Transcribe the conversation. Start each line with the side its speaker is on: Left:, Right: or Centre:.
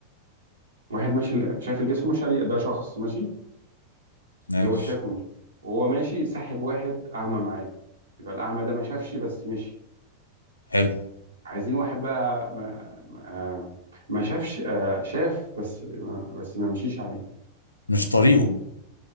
Right: واحد ماشي ل- شايف الجسر ماشي عليه ده شخص ماشي
Left: ماشي
Right: اللي هو شافه مش وهو ماشي سحب واحد أعمى معاه يبقى الأعمى ده ما شافش بس مشي
Left: حلو
Right: عايزين واحد بقى ما ما, آه، ما شافش آه، شاف بس ما بس ما مشيش عليه
Left: مش طريقه